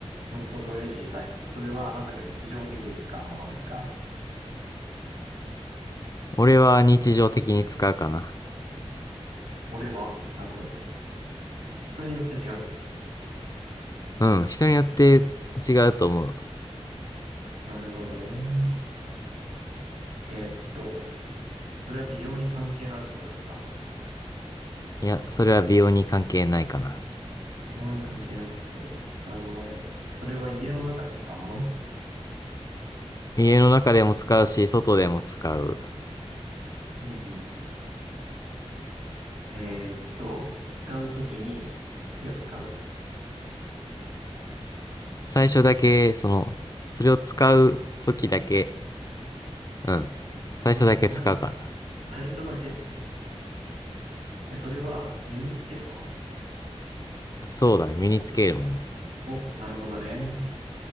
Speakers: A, on the right; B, on the left.
A: ノートパソコンより小さい。それはあなたが日常的に使うものですか
B: 俺は日常的に使うかな。
A: 俺は、なるほど。人によって違う。
B: うん、人によって違うと思う。
A: なるほどね。えーっと、それは美容に関係のあることですか
B: いや、それは美容に関係ないかな。
A: 美容に関係なくて使うもので、それは家の中で使うもの
B: 家の中でも使うし、外でも使う。
A: うんうんえーっと、使うときに手を使う。
B: 最初だけ、その、それを使う時だけ、うん。最初だけ使うかな。
A: え、なんだ最初だけえ、それは身につけるも
B: そうだ、ね、身につけるもの。
A: のお、なるほどね。